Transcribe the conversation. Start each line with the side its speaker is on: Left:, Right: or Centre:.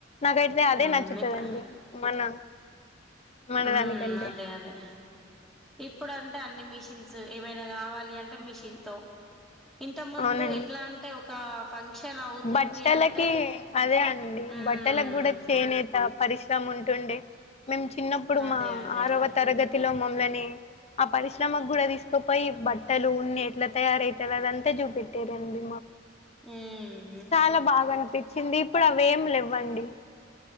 Left: నాకైతే అదే
Centre: ఉమ్
Left: నచ్చుతదండి
Centre: ఇప్పుడ
Left: మన మన
Centre: ఉమ్
Left: దానికంటే
Centre: అదే అదే ఇప్పుడు అం అంటే అన్ని మిషన్స్ ఏమైనా కావాలి అంటే మిషన్ తో ఇంత ముందు
Left: అవునండి
Centre: ఎట్లా అంటే ఒక ఫంక్షన్ అవుతుంది
Left: బట్టలకి
Centre: అంటే
Left: అదే అండి
Centre: మ్మ్
Left: బట్టలకి కూడా చేనేత ప సము ఉండే మేము చిన్నప్పుడు
Centre: అదే
Left: మా
Centre: అదే
Left: ఆరవ తరగతిలో మా అపరిష్ ఈమె కి కూడా తీసుకపోయి తలు ఉన్ని ఎట్ల తయారవుతుంది అదంతా చూపెట్టారండి.
Centre: ఉమ్
Left: చాల బాగ అనిపిచ్చింది. ఇప్పుడు అవి ఏం లేవు అండి